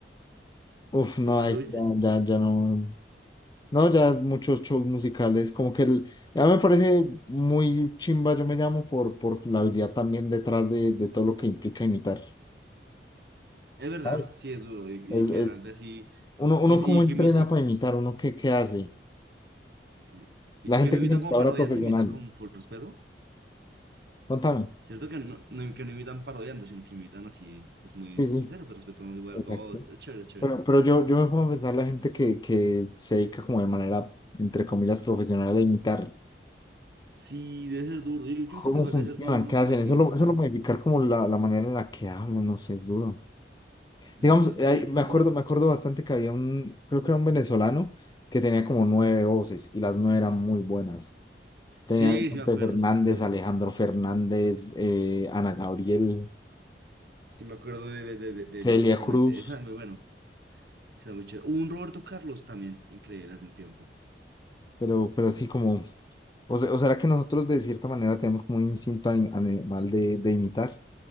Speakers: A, on the left; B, on the right.
A: Uf, no,
B: ¿Alguna
A: ahí
B: vez lo
A: sí
B: viste?
A: ya, ya, ya no. No, ya es muchos shows musicales. Como que el, ya me parece muy chimba, yo me llamo, por, por la habilidad también detrás de, de todo lo que implica imitar.
B: Es verdad,
A: ¿sabes?
B: sí, es duro. Y,
A: Es,
B: y que
A: es-
B: realmente sí.
A: uno, uno
B: Y,
A: cómo
B: y
A: entrena
B: que, imi- y-
A: para imitar, uno qué, qué hace.
B: sí, y
A: La
B: que
A: gente
B: no
A: que
B: imitan
A: es imitadora
B: como parodia,
A: profesional.
B: ¿no? Imitan con full respeto.
A: Contame.
B: Cierto que no, no- que no imitan parodiando, sino que imitan así, pues muy,
A: Sí, sí,
B: muy serio, pero respetando igual
A: exacto.
B: todo. Es, es chévere, es chévere.
A: Pero, pero yo, yo me pongo a pensar la gente que, que se dedica como de manera, entre comillas, profesional a imitar
B: Sí, debe ser duro. Yo, yo
A: cómo
B: siento que igual
A: funcionan,
B: debe ser duro uno
A: qué
B: como
A: hacen.
B: artista.
A: Eso lo, eso lo modificar como la, la manera en la que hablan, no sé, es duro.
B: No
A: Digamos,
B: sé. Yo,
A: hay-
B: yo- yo-
A: me acuerdo,
B: no te-
A: me acuerdo bastante que había un, creo que era un venezolano que tenía como nueve voces y las nueve eran muy buenas.
B: Sí,
A: Tenía Vicente
B: sí me acuerdo,
A: Fernández,
B: sí me acuerdo.
A: Alejandro Fernández, eh, Ana Gabriel,
B: Sí me acuerdo de, de, de, de, de
A: Celia
B: Majo, justamente.
A: Cruz,
B: Esa es muy bueno. O sea, muy chévere. Hubo un Roberto Carlos también, increíble, hace un tiempo.
A: pero, pero así como... O sea, o será que nosotros de cierta manera tenemos como un instinto ani- animal de, de imitar,